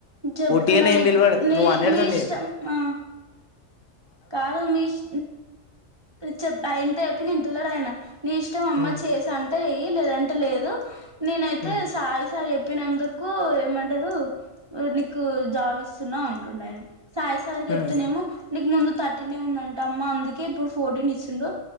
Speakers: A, on the right; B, on the left.
A: చెప్పిన
B: పోటీయనే ఏం
A: ఇప్పు
B: బిల్వాడు
A: నీ
B: నువ్వు అనేడుతుండి
A: మీ ఇష్టం ఆ కాదు ఉమేష్ చె ఆయన తప్ప నింటన్నాడు ఆయన నీ ఇష్టం అమ్మ
B: ఉమ్
A: చేసా అంటే ఏయి లేదంటే లేదు నేనైతే
B: ఉమ్
A: సాయిసారి చెప్పినందుకు ఏమంటారు నీకు జావిస్తున్నా ఉంటుండ ఆయన సాయిసారి చెప్తతున్నానేమో
B: ఉమ్
A: నీకు ముందు థర్టీనే ఉందంటే అమ్మ అందుకే ఇప్పుడు ఫోర్టీన్ ఇచ్చిండు